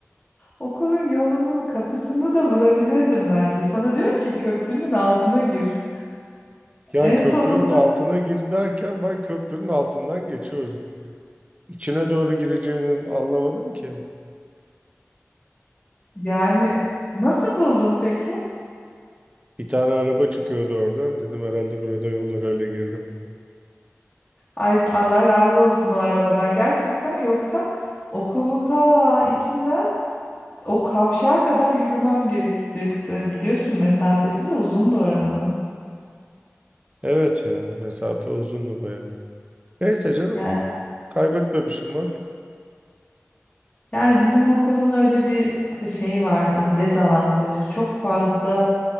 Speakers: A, on the left; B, on the right.
A: Okulun yolunun kapısını da bulabilirdim bence. Sana diyorum ki köprünün altına gir.
B: Ya
A: En
B: köprünün
A: sonunda
B: altına gir derken ben köprünün altından geçiyorum. İçine doğru gireceğini anlamadım ki.
A: yani nasıl buldun peki?
B: Bir tane araba çıkıyordu oradan. Dedim herhalde burada yol var öyle girdim.
A: Ay Allah razı olsun o arabadan gerçekten. Yoksa okulun ta içinden o kavşağa kadar yürümem gerekecekti. Biliyorsun mesafesi de uzundu oranın.
B: Evet ya mesafe uzundu bayağı. Neyse canım
A: Yani,
B: kaybetmemişim bak.
A: yani bizim okulun öyle bir şeyi vardı, dezavantajı. Çok fazla